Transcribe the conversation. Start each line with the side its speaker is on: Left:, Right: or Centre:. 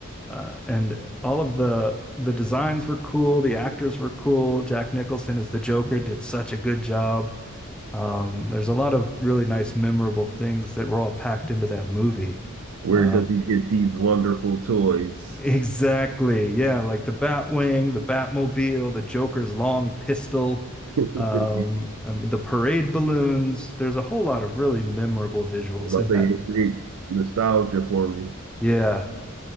Centre: Uh, and all of the the designs were cool. The actors were cool. Jack Nicholson as the Joker did such a good job Um, there's a lot of really nice, memorable things that were all packed into that movie.
Right: Where
Centre: Uh,
Right: does he get these wonderful toys?
Centre: <laughs> exactly. Yeah, like the Batwing, the Batmobile, the Joker's long pistol,
Right: <laughs>
Centre: um,
Right: I'm
Centre: um, the parade balloons. There's a whole lot of really memorable visuals
Right: about
Centre: in
Right: to
Centre: that.
Right: say it create nostalgia for me.
Centre: Yeah.